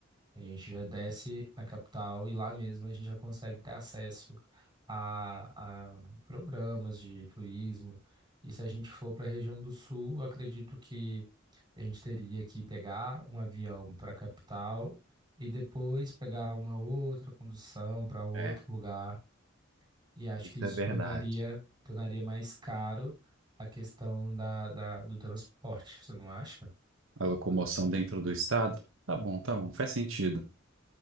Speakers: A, on the right; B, on the right.
A: A gente já desce na capital e lá mesmo a gente já consegue ter acesso a, a programas de turismo. E se a gente for para a região do sul, eu acredito que a gente teria que pegar um avião para a capital e depois pegar uma outra condução para outro
B: É,
A: lugar. E acho
B: Isso
A: que isso
B: é verdade.
A: tornaria, tornaria mais caro a questão da, da- do transporte, você não acha?
B: a locomoção dentro do estado? Tá bom, tá bom, faz sentido.